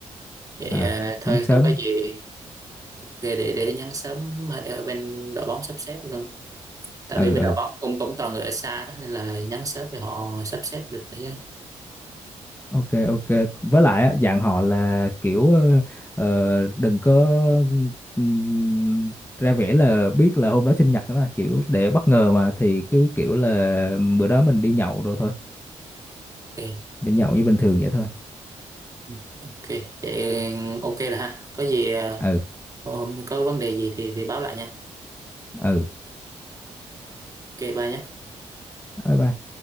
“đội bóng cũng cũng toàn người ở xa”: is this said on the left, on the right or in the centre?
Right